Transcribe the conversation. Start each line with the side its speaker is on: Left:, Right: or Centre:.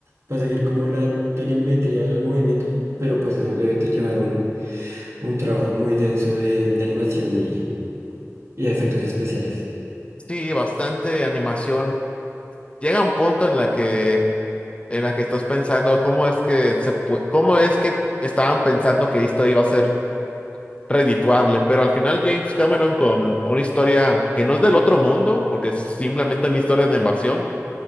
Right: para seguir como la telemetría de los movimientos. Pero pues eso debe te llevar un, un trabajo muy denso de, de animación y, y efectos especiales.
Left: Sí, bastante animación. Llega un punto en la que en la que estás pensando cómo es que se pu- cómo es que estaban pensando que esto iba a ser redituable, pero al final James Cameron con una historia que no es del otro mundo, porque es simplemente una historia de invasión,